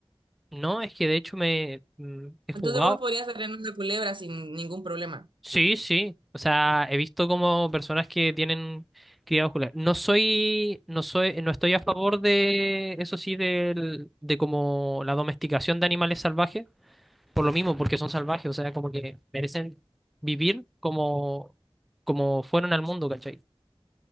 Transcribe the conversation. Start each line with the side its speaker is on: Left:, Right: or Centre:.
Centre: no, es que de hecho me mm, he jugado.
Right: Entonces vos podrías tener una culebra sin ningún problema.
Centre: Sí, sí. O sea, he visto como personas que tienen cría vascular. No soy, no soy, no estoy a favor de, eso sí, del, de como la domesticación de animales salvajes, por lo mismo, porque son salvajes, o sea, como que merecen vivir como, como fueron al mundo, ¿cachai?